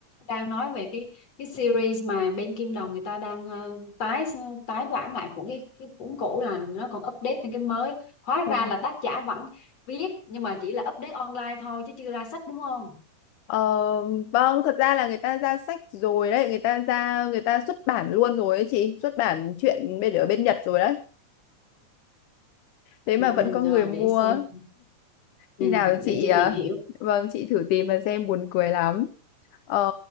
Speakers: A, on the left; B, on the left.
A: đang nói về cái cái series mà bên Kim Đồng người ta đang ờ, tái tái bản lại của cái cái cuốn cũ là nó còn update thêm cái mới. Hóa ra
B: Ừ.
A: là tác giả vẫn viết nhưng mà chỉ là update online thôi chứ chưa ra sách đúng không?
B: Ờ, vâng thật ra là người ta ra sách rồi đấy người ta ra người ta xuất bản luôn rồi ấy chị xuất bản truyện bên ở bên Nhật rồi đấy thế
A: Ừ,
B: mà
A: ừ,
B: vẫn có người
A: rồi
B: mua
A: để xem. Ừ,
B: khi nào chị
A: để chị
B: à,
A: tìm hiểu.
B: vâng chị thử tìm mà xem buồn cười lắm Ờ,